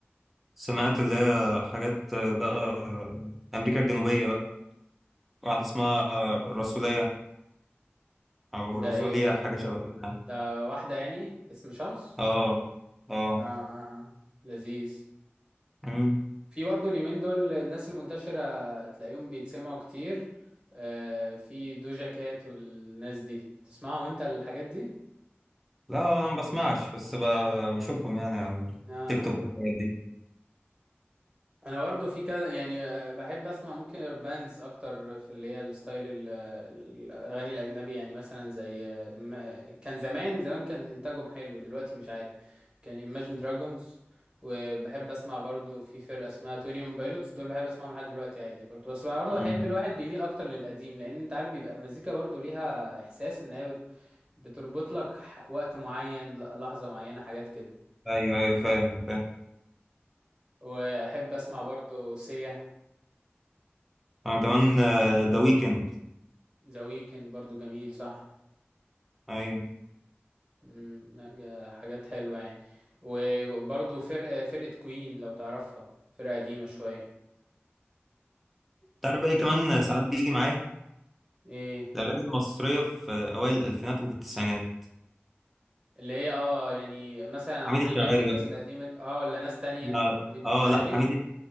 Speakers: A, in the centre; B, on the right.
A: سمعت اللي هي حاجات آه، بقى آه، أمريكا الجنوبية بقى واحدة اسمها آه، الرسولية أو
B: ده
A: رسولية
B: ايه ايه ده
A: حاجة شبه كده يعني.
B: ده واحدة يعني اسم شخص
A: اه اه
B: آه آه. لذيذ
A: مم.
B: في برضو اليومين دول الناس المنتشرة تلاقيهم بيتسمعوا كتير آه في دوجا كات والناس دي تسمعهم انت الحاجات دي
A: لا أنا ما بسمعش بس ب- بشوفهم يعني على
B: آه
A: التيك توك والحاجات دي
B: انا برضه في كذا يعني آه، بحب اسمع ممكن باندز اكتر في اللي هي الستايل ال- الاغاني الاجنبي يعني مثلا زي آه، إما- كان زمان زمان كان انتاجهم حلو دلوقتي مش عارف كان Imagine Dragons وبحب اسمع برضه في فرقه اسمها 21 بايلوتس دول بحب اسمعهم لحد دلوقتي عادي برضه بس برضه
A: مم.
B: بحب الواحد بيميل اكتر للقديم لان انت عارف بيبقى المزيكا برضه ليها احساس ان هي بت- بتربط لك ح- وقت معين ل- لحظه معينه حاجات كده
A: أيوه أيوه فاهم فاهم
B: واحب اسمع برضه سيا
A: أنا كمان ذا ويكند
B: ذا ويكند برضو جميل صح
A: أيوه
B: مم. لا جا- حاجات حلوة يعني وبرضو فرقة فرقة كوين لو تعرفها فرقة قديمة شوية
A: تعرف بقى إيه كمان ساعات بيجي معاه
B: ايه
A: الأغاني المصرية في أوائل الألفينات وفي التسعينات
B: اللي هي اه يعني مثلا عمرو
A: حميد الشاعري
B: دياب والناس القديمة اه ولا ناس تانية
A: لا
B: حميد الشاعري
A: اه لا حميد